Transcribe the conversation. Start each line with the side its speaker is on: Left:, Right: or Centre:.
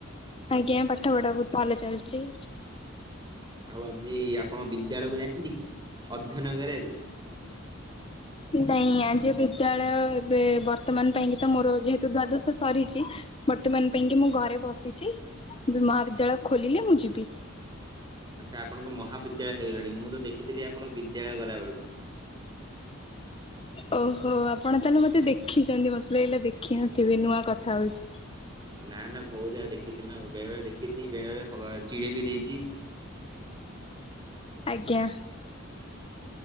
Left: ଆଜ୍ଞା ପାଠ ପଢା ବହୁତ୍ ଭଲ ଚାଲିଚି।
Right: ଆଉ ଆଜି ଆପଣ ବିଦ୍ୟାଳୟକୁ ଯାଇ ନାହାନ୍ତି କି ଅଧ୍ୟୟନ କରିବାକୁ?
Left: ନାଇଁ ଆଜି ବିଦ୍ୟାଳୟ ଏବେ ବର୍ତ୍ତମାନ ପାଇଁ କି ତ ମୋର ଯେହେତୁ ଦ୍ଵାଦଶ ସରିଚି ବର୍ତ୍ତମାନ ପାଇଁ କି ମୁଁ ଘରେ ବସିଚି ମହାବିଦ୍ୟାଳୟ ଖୋଲିଲେ ମୁଁ ଯିବି।
Right: ଆଚ୍ଛା ଆପଣଙ୍କ ମହାବିଦ୍ୟାଳୟ ହେଇଗଲାଣି ମୁଁ ତ ଦେଖିଥିଲି ଆପଣ ବିଦ୍ୟାଳୟ ଗଲା ବେଳକୁ।
Left: ଓହୋ ଆପଣ ତାହେଲେ ମତେ ଦେଖିଚନ୍ତି ମତେ ଲାଗିଲା ଦେଖି ନଥିବେ ନୂଆ କଥା ହଉଚି।
Right: ନା ନା ବହୁତ୍ <unintelligible> ଦେଖିଚି ନା ବେଳେ ବଳେ ଦେଖିଚି ବେଳେ ବଳେ ଚିଡି ବି ଦେଇଚି।
Left: ଆଜ୍ଞା।